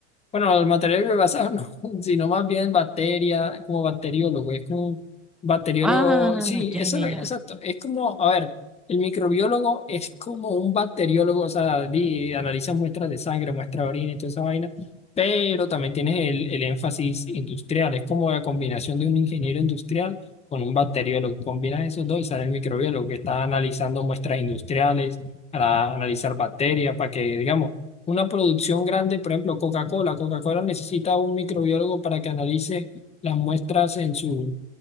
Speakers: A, on the left; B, in the centre.
A: Bueno, los materiales bioenvasado no, <laughs> sino más bien bacteria, como bacteriólogo, es como bacteriólogo,
B: Ah,
A: sí,
B: ya,
A: eso
B: ya,
A: es lo
B: ya.
A: que, exacto, es como, a ver, el microbiólogo es como un bacteriólogo, o sea, di- analiza muestras de sangre, muestras de orina y toda esa vaina, pero también tienes el, el énfasis industrial, es como la combinación de un ingeniero industrial con un bacteriólogo, combinas esos dos y sale el microbiólogo que está analizando muestras industriales para analizar bacterias, para que, digamos, una producción grande, por ejemplo, Coca-Cola. Coca-Cola necesita un microbiólogo para que analice las muestras en su,